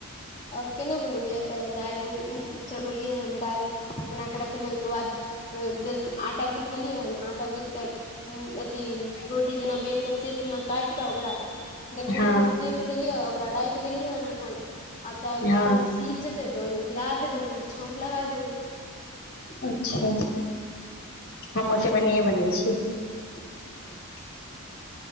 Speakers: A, on the left; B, on the left.
A: आ केना बनेलिये पहिले दाइल बन <unintelligible> चढ़ौलियै हन दाइल बना कऽ रखलियै ओइ केँ बाद दाल आटा गूथलिय हन आटा गुथ कऽ हु अथी रोटी जेना बेल कऽ सेफ में काइट कऽ ओकरा दलपिटी
B: हँ
A: केँ सेफ देलियै ओकरा राइख देलिहन अखन आब दाइल
B: हँ
A: चिक्कन से सीझ जे तऽ ओयमे गिरा देबै फेर छौंक लगा देबै।
B: अच्छा हम उ सब एनैये बनबै छियै
A: <inaudible>